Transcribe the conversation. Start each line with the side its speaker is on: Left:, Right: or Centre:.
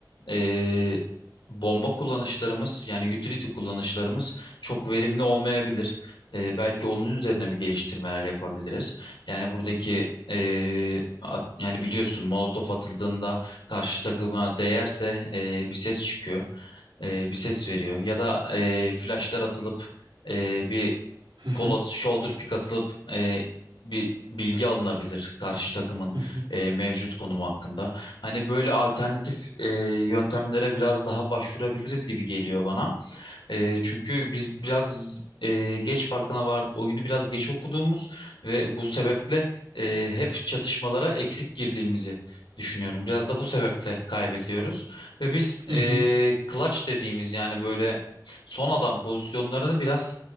Left: Ee, bomba kullanışlarımız yani utility kullanışlarımız çok verimli olmayabilir. E, belki onun üzerine bir geliştirmeler yapabiliriz. Yani buradaki e, at- yani biliyorsun molotof atıldığında karşı takıma değerse e, bir ses çıkıyor. E, bir ses veriyor. Ya da e, flashlar atılıp e, bir
Right: Hı hı,
Left: kol at, shoulder pick atılıp e, bir bilgi alınabilir karşı takımın
Right: hı hı,
Left: e, mevcut konumu hakkında. Hani böyle alternatif e, yöntemlere biraz daha başvurabiliriz gibi geliyor bana. E, çünkü biz biraz e, geç farkına vardı oyunu biraz geç okuduğumuz ve bu sebeple e, hep çatışmalara eksik girdiğimizi düşünüyorum. Biraz da bu sebeple kaybediyoruz ve biz
Right: hı
Left: e,
Right: hı,
Left: clutch dediğimiz yani böyle son adam pozisyonlarını biraz